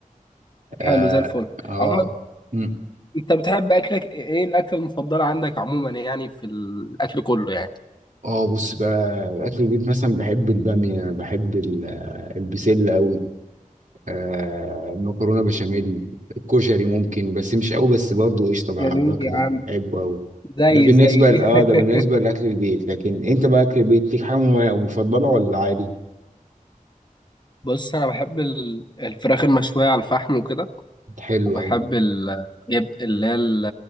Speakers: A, on the left; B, on the right.
A: حلو
B: اه
A: زي الفل
B: اه
A: عموما
B: مم.
A: انت بتحب أكلك ايه إيه الأكلة المفضلة عندك عموما يعني في الأكل كله يعني
B: اه بص بقى اكل البيت مثلا بحب الباميه بحب ال- آه، البسله قوي آه مكرونه بشاميل الكشري ممكن بس مش قوي بس برضه قشطه بقى
A: جميل
B: باكله
A: يا عم
B: بحبه قوي
A: زي
B: ده بالنسبه
A: زي
B: ل- اه ده
A: <laughs>
B: بالنسبه لاكل البيت لكن انت بقى اكل البيت ليك حاجه مم- مفضله ولا عادي
A: بص انا بحب ال- الفراخ المشويه على الفحم وكده
B: حلو
A: وبحب
B: قوي
A: ال- جيب اللي هي ال-